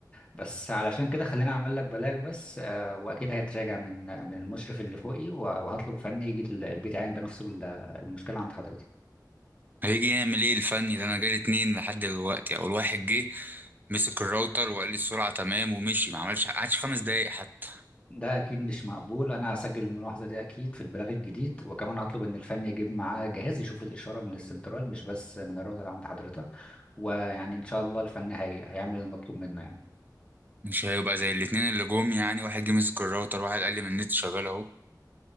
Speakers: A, on the left; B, on the right.
A: بس علشان كده خليني أعمل لك بلاغ بس آه، وأكيد هيتراجع من من المشرف اللي فوقي وهطلب فني يجي البيت يعاين بنفسه ال- المشكلة عند حضرتك
B: هيجي يعمل إيه الفني ده أنا جالي اتنين لحد دلوقتي أول واحد جه مسك الراوتر وقال لي السرعة تمام ومشي ما عملش قعدش خمس دقايق حتى
A: ده اكيد مش مقبول انا هسجل الملاحظه دي اكيد في البلاغ الجديد وكمان هطلب ان الفني يجيب معاه جهاز يشوف الاشاره من السنترال مش بس من الراوتر عند حضرتك ويعني ان شاء الله الفني هي... هيعمل المطلوب منه يعني
B: مش هيبقى زي الاتنين اللي جم يعني واحد جه مسك الراوتر واحد قال لي من النت شغال اهو